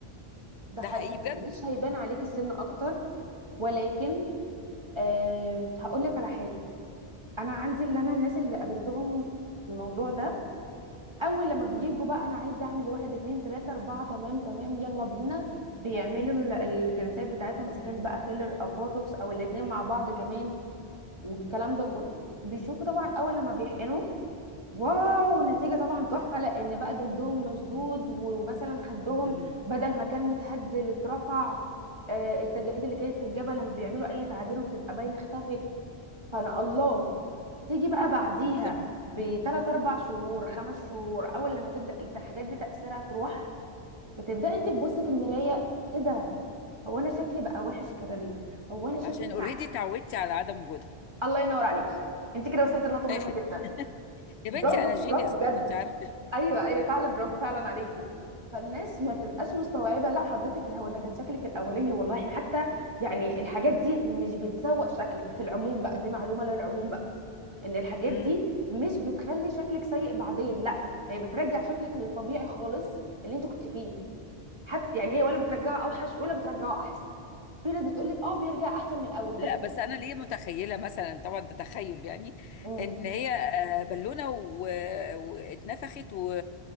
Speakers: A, on the right (about 25°); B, on the left (about 80°).
A: ده
B: ده
A: حقيقي
B: حقيقي بجد
A: مش هيبان عليكي السن اكتر ولكن أه هقول لك على حاجه انا عندي اللي انا الناس اللي قابلتهم في الموضوع ده اول لما بيجوا بقى انا عايزه اعمل واحد اتنين تلاته اربعه تمام تمام يلا بينا بيعملوا ال- الجلسات بتاعتهم اذا كان بقى فيلر او بوتوكس او الاتنين مع بعض كمان والكلام ده كله بيشوفوا طبعا اول لما بيحقنوا واو النتيجة طبعا تحفة لأن بقى جلدهم مشدود و- ومثلا خدهم
B: مم.
A: بدل ما كان متهدل اترفع آه، التجاعيد اللي كانت في الجبهة لما بيعملوا أي تعابير وبتبقى باينة اختفت فأنا الله تيجي بقى بعديها
B: تمام
A: بتلات أربع شهور خمس شهور أول لما تبدأ الحاجات دي تأثيرها تروح بتبدأ أنت تبصي في المراية إيه ده هو أنا شكلي بقى وحش كده ليه هو أنا شكلي
B: عشان اوريدي
A: مع...
B: اتعودتي على عدم وجودها
A: الله ينور عليكي أنت كده وصلت لنقطة مهمة
B: اخد
A: جدا
B: يا بنتي
A: برافو
B: انا جينيوس
A: برافو
B: برضه
A: بجد
B: انت عارفه
A: ايوه ايوه فعلا برافو فعلا عليكي فالناس ما بتبقاش مستوعبه لا حضرتك هو ده كان شكلك الاولاني والله احنا حتى يعني الحاجات دي مش بتسوق شكلك في العموم بقى دي معلومه للعموم بقى ان الحاجات
B: مم.
A: دي مش بتخلي شكلك سيء بعدين لا هي بترجع شكلك للطبيعي خالص اللي انت كنت فيه حتى يعني هي ولا بترجعه اوحش ولا بترجعه احسن في ناس بتقول لك اه بيرجع احسن من الاول
B: لا
A: ده كده
B: بس انا ليه متخيله مثلا طبعا ده تخيل يعني
A: إمم.
B: ان هي آه، بالونه و- واتنفخت و...